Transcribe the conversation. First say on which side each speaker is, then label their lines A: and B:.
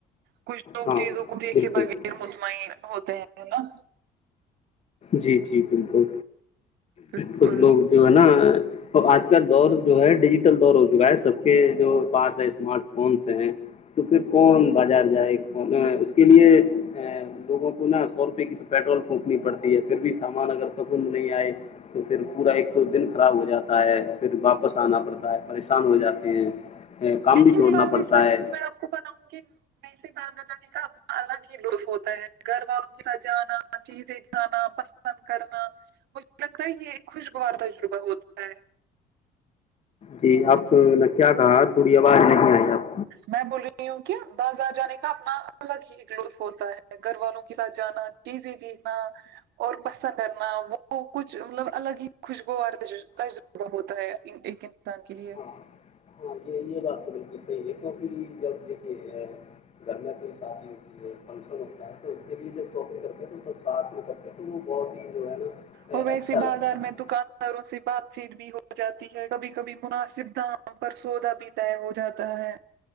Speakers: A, on the right; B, on the left.
A: کچھ لوگ
B: ہاں
A: چیزوں کو دیکھے
B: بالکل
A: بغیر مطمئن ہوتے ہیں نا
B: جی جی بالکل
A: بالکل
B: کچھ لوگ جو ہے نا اور آج کال دور جو ہے ڈیجیٹل دور ہو چکا ہے سب کے جو پاس ہے اسمارٹ فونس ہیں تو پھر کون بازار جائے اس کے لیے لوگوں کو نا سو روپے کی تو پیٹرول پھنکنی پڑتی ہے پھر بھی سامان اگر پسند نہیں آئے تو پھر پورا ایک تو دن خراب ہو جاتا ہے اور پھر واپس آنا پڑتا ہے پریشان ہو جاتے ہیں کام
A: لیکن
B: بھی چھوڑنا
A: ایک بات بھی
B: پڑتا
A: سچ
B: ہے
A: میں آپ کو بتاؤں گی میں سے باہر ن جانے کا اپنا الگ ہی لطف ہوتا ہے گھر والوں کی ساتھ جانا چیزیںانا بند کرنا مجھے لگتا ہے یہ ایک خوشگوار تجربہ ہوتا ہے
B: جی آپ کو نے کیا کہا تھوڑی آواز نہیں آئی آپ
A: میں بول رہی ہوں کہ بازار جانے کا اپنا الگ ہی ایک لطف ہوتا ہے گھر والوں کے ساتھ جانا چیزیں دیکھنا اور پسند کرنا وہ کچھ مطلب الگ ہی خوشگوار تجربہ ہوتا ہے ایک انسان کے لیے
B: ہاں ہاں یہ یہ بات تو بالکل صحی ہے کیوںکھر بھی ج دیکے ہے <unintelligible> <inaudible> فنکشن ہوتا ہے تو اس کے لیے جب شاپنگ کرتے ہیں تو سب ساتھ میں کرتے ہیں تو وہ بہت ہی جو ہے نا اے،
A: اور ویسے
B: اچھا
A: بازار
B: لگتا ہے
A: میں دکان ساروں سے بات چیت بھی ہو جاتی ہے کبھی کبھی مناسب دام پر سودا بھی وہ جاتا ہے